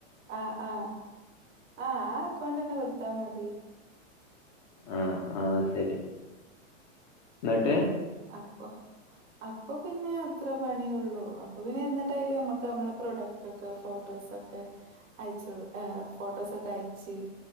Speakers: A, on the right; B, on the left.
A: ആഹ് ആഹ് ആഹ് ആ അക്കൗണ്ടന്നെ കൊടുത്താ മതി
B: ആഹ് അത് ശെരി ന്ന്ട്ട്
A: അപ്പോ അപ്പോ പിന്നെ അത്ര പണിയുള്ളു അപ്പോ പിന്നെ എന്നിട്ട അയില് അമ്മക്ക് അമ്മളെ പ്രൊഡക്റ്റ് ഒക്കെ ഫോട്ടോ സൊക്കെ അയച്ച്ടും ഏഹ് ഫോട്ടോസൊക്കെ അയ്ച്ച്